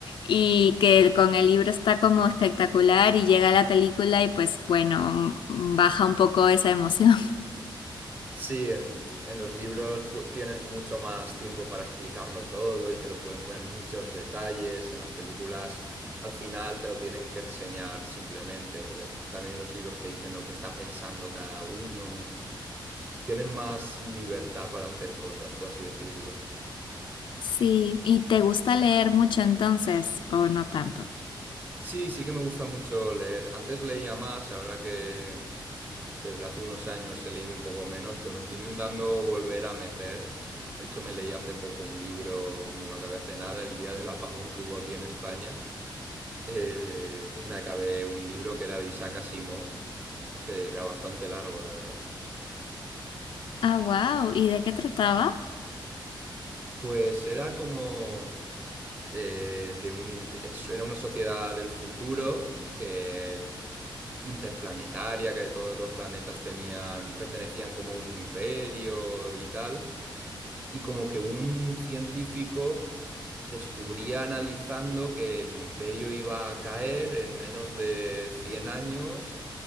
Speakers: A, on the left; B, on the right.
A: y que el- con el libro está como espectacular y llega la película y pues bueno, mm, baja un poco esa emoción. <laughs>
B: Sí, en, en los libros pu- tienen mucho más tiempo para explicarlo todo y te lo pueden poner muchos detalles. En las películas al final te lo tienen que enseñar simplemente, porque también los libros te dicen lo que está pensando cada uno. Tienen más libertad para hacer cosas, por así decirlo.
A: Sí, ¿y te gusta leer mucho entonces o no tanto?
B: Sí, sí que me gusta mucho leer. Antes leía más, ahora que Desde hace unos años he leído un poco menos, pero me estoy intentando volver a meter. De hecho, me leí hace poco un libro, me lo acabé hace nada, el día del apagón que hubo aquí en España. Eh, me acabé un libro que era de Isaac Asimov, que era bastante largo, la verdad.
A: Ah, wow, ¿y de qué trataba?
B: Pues era como eh, de un, es- era una sociedad del futuro que interplanetaria, que todos los planetas tenían, pertenecían como a un imperio y tal. y como que un científico descubría analizando que el imperio iba a caer en menos de 100 años